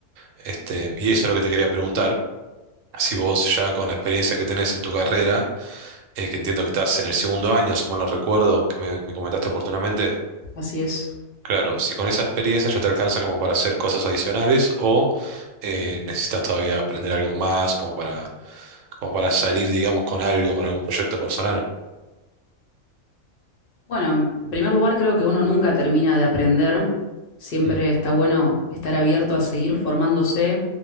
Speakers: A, on the right; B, on the left.
A: Este, y eso es lo que te quería preguntar. Si vos ya con la experiencia que tenés en tu carrera, eh, que entiendo que estás en el segundo año, si mal no recuerdo, que me, me comentaste oportunamente,
B: Así es.
A: Claro, si con esa experiencia ya te alcanza como para hacer cosas adicionales o eh, necesitas todavía aprender algo más como para, como para salir, digamos, con algo, con algún proyecto personal.
B: Bueno, en primer lugar, creo que uno nunca termina de aprender. Siempre
A: Mm,
B: está bueno estar abierto a seguir formándose.